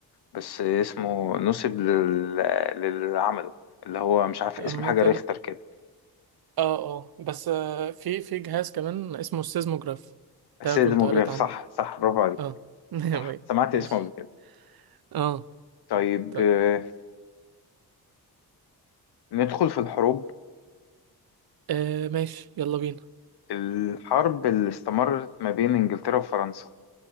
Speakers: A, on the left; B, on the right.
A: بس اسمه نسب لل... للي عمله اللي هو مش عارف
B: عامة
A: اسم حاجة ريختر كده
B: اه اه بس آه في في جهاز كمان اسمه السيزموجراف
A: سيزموجراف
B: ده كنت قريت عنه
A: صح صح برافو عليك
B: اه <laughs>
A: صح سمعت
B: ماشي
A: اسمه قبل كده
B: اه
A: طيب
B: طيب
A: آه، ندخل في الحروب
B: آه ماشي يلا بينا
A: الحرب اللي استمرت ما بين إنجلترا وفرنسا